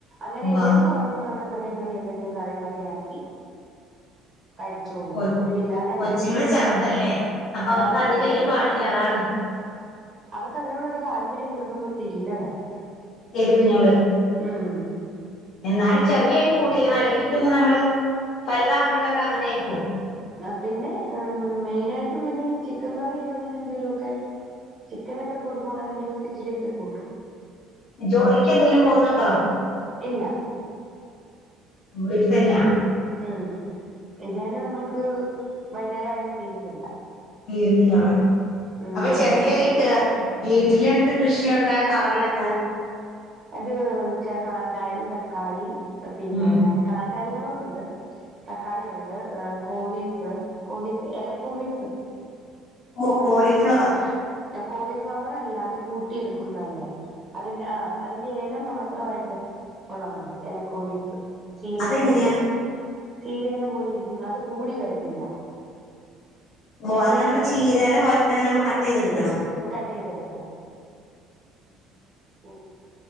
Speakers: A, on the right; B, on the left.
A: അങ്ങനെ
B: ഉവ്വ
A: എരിവ് കുറഞ്ഞി് ചെറിയ ചെറിയ എന്തെിലും കറികൊക്കെ ആണെങ്കി കഴ് ച്ചോളള്ളൂ
B: കൊ
A: ഒഴിയില്ലാതെ അങ്ങനെ
B: കൊച്ചുങ്ങൾ
A: വലിയ
B: ചെറുതല്ലേ
A: ഇപ്പം
B: അപ്പൊ അവർക്ക്
A: ആഹ അതെ
B: അധികം
A: അതെ
B: എരു പാടില്ല അതാണ്
A: അവർക്ക് അതിനോട് ഒരു താല്പര്യം ചെറുപ്പം തൊട്ട് ഇല്ലതാലും
B: എരിവിനോട്
A: ഉം
B: എന്നാലും ചെറിയൊരു കൂട്ടിക്കുന്ന അല്ലെങ്കിൽ പിന്നെ നമ്മള് വ ലുതാവകുമ്പോഴും അവർ അങ്ങനെ ആയി പോകും
A: ആ പിന്നെ മെയിന ആയിട്ടും പിന്നെ ചിക്കൻ കറി അങ്ങനെ എന്തെലും ഒക്കെ ചിക്കനൊക്കെ കൊടുക്കുവാണെങ്കില് ഇച്ചിരൊക്കെ കൂട്ടും
B: ജോലിക്ക് എന്തെങ്കലും പോകുന്നുണ്ടോ
A: ഇല്ല
B: വീട്ടിൽ തന്നെയാ
A: ഉം ഇത് തന്നെ നമുക്ക് വൈുന്നേര ആയാലും തീരുന്നില്ല
B: തീരുന്നില്ല <unintelligible>
A: ഉം
B: അപ്പൊ ചെറിയ ഈ വീട്ടില എന്ത് കൃഷിയള്ള കവറിലൊക്കെ
A: അത് കാന്താരി തക്കാളി പിന്നെ
B: ഉം
A: കാന്താരി മുളക ഉണ്ട് തക്കാളി ഉണ്ട് കോവീസ് കോവീസ് ഇലക്കോവീസ്
B: മ കൊളിഫ്ലവർ
A: കോളിഫ്ലവർ അല്ല അത് കൂട്ടി എടുക്കുന്നതല്ലേ അതിന്റെ ആ അതിന്റെ ഇല മാത്രമായിട്ട് ഉള്ളതുണ്ട് ഇലക്കോവീസ് ചീരയില
B: അതെങ്ങനെയാ
A: പോലെ ചീരയില പോലെ ഇരികും അത് കൂടി വരത്തില്ല
B: ഓ
A: ഇലയായിട്ട്
B: അത് നമ്മള് ചീരയില പോലെ തന്നെ നമ്മൾ കട്ട് യ്ത് ടുക്കണം
A: കട്ട് യ്തെടുക്കണം ഉ